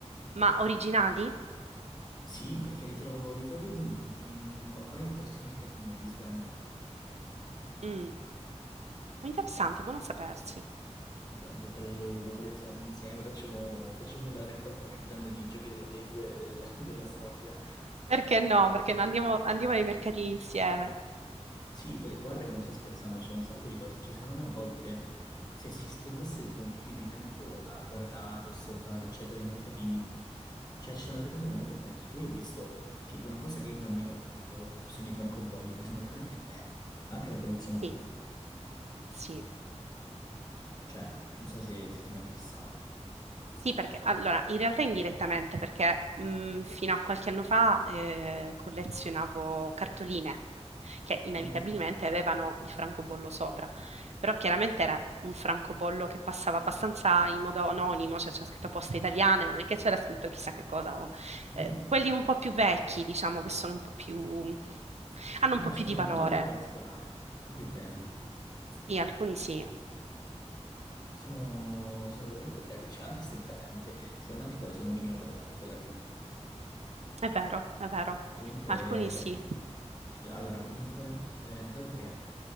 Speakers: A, on the right; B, on the left.
A: Ma originali?
B: Sì, perché li trovo, li trovi ovunque, li trovi in- ormai in qualsiasi mercatino, li svendono.
A: Mm, interessante, buono a sapersi.
B: Eh, vuoi fare, vuoi collezionarli insieme? Facciamo, facciamo la raccolta più grande di giochi della Play 2 del- <laughs> della storia.
A: Perché no? Perché no? Andiamo, andiamo ai mercatini insieme.
B: Sì, per- guarda che non sto scherzando, c'è un sacco di cose. Cioè, secondo me a volte se si spendesse tipo un po' più di tempo a guardare, osservare, eccetera, i mercatini, cioè ci sono delle cose veramente belle. Poi ho visto tipo una cosa che io non ho mai valutato, sono i francobolli, che sono veramente belli, anche da collezionare.
A: Sì, sì,
B: Cioè, non so
A: sì.
B: se, se ti è mai interessato.
A: Sì, perché allora, in realtà indirettamente, perché mh, fino a qualche anno fa eh, collezionavo cartoline che inevitabilmente
B: Mhm.
A: avevano il francobollo sopra, però chiaramente era un francobollo che passava abbastanza in modo anonimo, cioè c'era scritto poste italiane, non è che c'era scritto chissà che cosa. o-
B: <laughs>
A: eh, quelli un po' più vecchi, diciamo, che sono un po' più... hanno
B: Eh,
A: un po'
B: ma ce
A: più
B: ne
A: di
B: sono
A: valore.
B: alcuni proprio particolari, proprio belli.
A: Sì, alcuni sì.
B: Sono, sono veramente belli, cioè, anche esteticamente. Secondo me anche quelle sono mini opere d'arte alla fine.
A: È vero, è vero.
B: Comunque,
A: Alcuni sì.
B: allora, comunque, eh, dato che